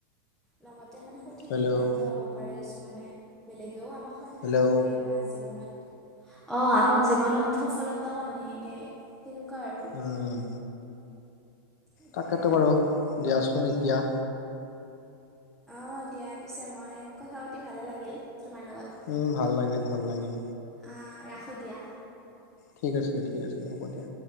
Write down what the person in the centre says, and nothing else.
লগতে মানে সঠিক
সিদ্ধান্ত ল'ব পাৰে কিছুমানে বেলেগেও আমাক। সন্মান
কৰে বা জীৱনত অ' আমাক জীৱনত সফলতাও আনি দিয়ে। তেনেকুৱা আৰু।
সেইটোৱে
অ দিয়া পিছে মই কথা পাতি ভালে লাগিল তোমাৰ লগত।
অ ৰাখোঁ দিয়া।